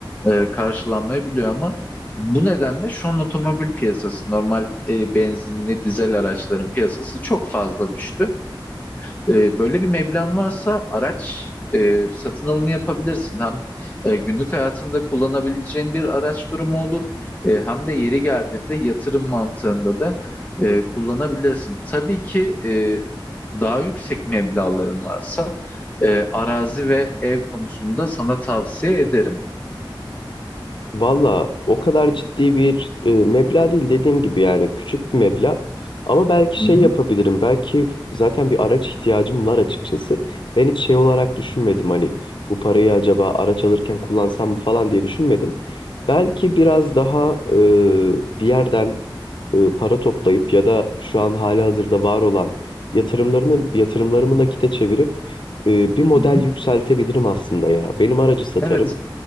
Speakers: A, on the left; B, on the left.
A: e, karşılanmayabiliyor ama bu nedenle şu an otomobil piyasası, normal e, benzinli dizel araçların piyasası çok fazla düştü. E, böyle bir meblağın varsa araç e, satın alımı yapabilirsin. Hem e, günlük hayatında kullanabileceğin bir araç durumu olur. E, hem de yeri geldiğinde yatırım mantığında da e, kullanabilirsin. Tabii ki e, daha yüksek meblağların varsa e, arazi ve ev konusunda sana tavsiye ederim.
B: Valla o kadar ciddi bir e, meblağ değil dediğim gibi yani küçük bir meblağ. Ama belki
A: Hı
B: şey
A: hı.
B: yapabilirim. Belki zaten bir araç ihtiyacım var açıkçası. Ben hiç şey olarak düşünmedim hani bu parayı acaba araç alırken kullansam mı falan diye düşünmedim. Belki biraz daha e, bir yerden e, para toplayıp ya da şu an hali hazırda var olan yatırımlarını yatırımlarımı nakite çevirip e, bir model
A: Hı hı.
B: yükseltebilirim aslında ya. Benim aracı satarım.
A: Evet.